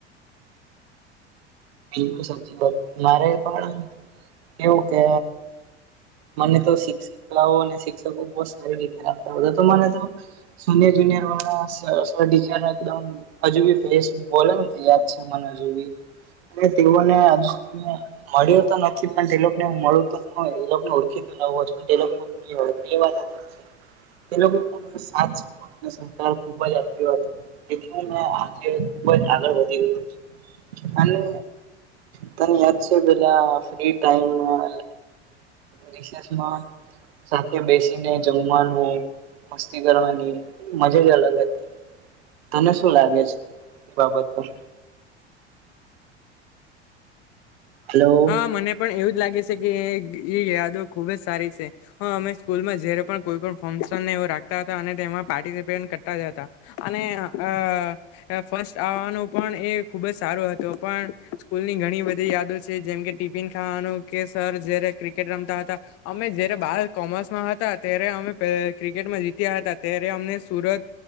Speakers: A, on the right (about 60°); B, on the left (about 45°).
A: <unintelligible> સાચી વાત મારે પણ એવું કે મને તો શિક્ષિકાઓ અને શિક્ષકો બહ સારી રીતે રાખતા હતા તો મને તો સોનિયર જુનિયર વાળા સર ટીચર એકદમ હજુ બી ફેસ બોલે ને તો યાદ છે મને હજુ બી એ તેુંને આજ સુધી મળ્યો તો નથી પણ તે લોકોને હું મળું તો હું એ લોકોને ઓળખી તો લાવું છુ પણ તે લોકો એ વાત હાચી છેં એ લોકો પણ સાથ સાથ અને સત્કાર ખુબ જ આપ્યો હતો તેથી મે આજે ખુબ જ આગળ વધી ગું અને તને યાદ છે પેલા ફ્રી ટાઈમ મા રીસેસમાં સાથે બેસીને જમવાનું મસ્તી કરવાની મજા જ અલગ હતી તને શું લાગે છે તે બાબત પર હલો.
B: હા મને પણ એવું જ લાગે છે કે એ યાદો ખુબ જ સારી છે હા અમે સ્કૂલમાં જયારે પણ કોઈ પણ ફંક્શનને એ રાખતા હતા અને તેમાં પાર્ટિસિપેટ કરતા જ હતા અને આ ફસ્ટ આવવાનું પણ એ ખુબ જ સારો હતો પણ સ્કૂલની ઘણી બધી યાદો જેમ કે ટિફિન ખાવાનું કે સર જયારે ક્રિકેટ રમતા હતા અમે જયારે બાર કોમર્સમાં હતા ત્યારે અમે ક્રિકેટમાં જીત્યા હતા ત્યારે અમને સુરત